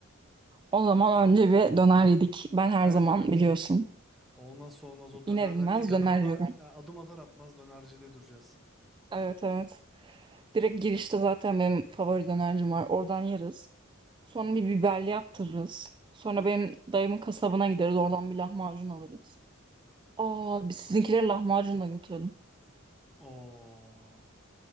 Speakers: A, on the right; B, in the centre.
A: o zaman önce bir döner yedik. Ben her
B: Evet
A: zaman
B: evet.
A: biliyorsun.
B: Olmazsa olmaz o
A: İner
B: dönerden.
A: inmez
B: ilk adım
A: döner
B: atar,
A: yiyorum.
B: yani adım atar atmaz dönercide duracağız.
A: Evet evet. Direkt girişte zaten benim favori dönercim var. Oradan yeriz. Sonra bir biberli yaptırırız. Sonra benim dayımın kasabına gideriz. Oradan bir lahmacun alırız. Aa, biz sizinkileri lahmacun da götürelim.
B: Oo.